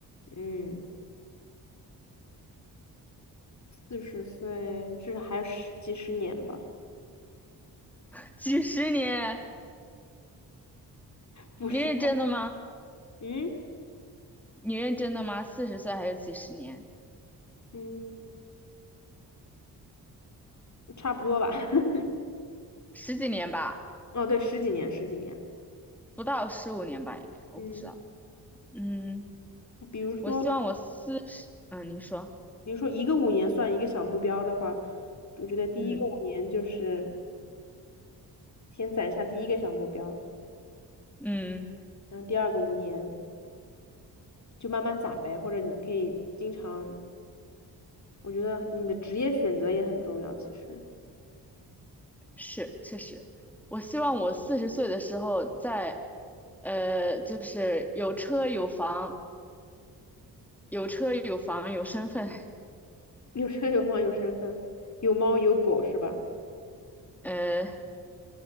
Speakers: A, on the left; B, in the centre.
A: 嗯，四十岁至少还有十几十年吧，
B: <laughs> 几十年，
A: 不是？
B: 你认真的吗？
A: 嗯
B: 你认真的吗？四十岁还有几十年？
A: 嗯，差不多吧。<laughs>
B: 十几年吧，
A: 哦，对，十几年，十几年。
B: 不到十五年吧，应该，我不知道。
A: 嗯，
B: 嗯，
A: 比如说，
B: 我希望我四十，嗯，您说，
A: 比如说一个五年算一个小目标的话，我觉得第一个五年就是
B: 嗯
A: 先攒下第一个小目标。
B: 嗯。
A: 然后第二个五年就慢慢攒呗，或者你可以经常，我觉得你的职业选择也很重要，其实
B: 是，确实，我希望我四十岁的时候在，呃，就是有车有房，有车有房有身份，
A: 有车有房有身份，有猫有狗是吧？
B: 呃，